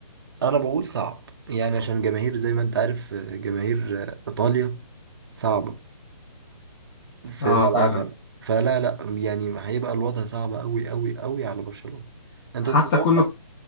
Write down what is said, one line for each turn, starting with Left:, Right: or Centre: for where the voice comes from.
Right: انا بقول صعب يعني عشان جماهير زي ما انت عارف آه، جماهير آه، ايطاليا صعبه في
Left: اه
Right: ملعبها
Left: فعلا
Right: فلا لا يعني هيبقى الوضع صعب قوي قوي قوي على برشلونه انت
Left: حتى
Right: تتوقع
Left: كل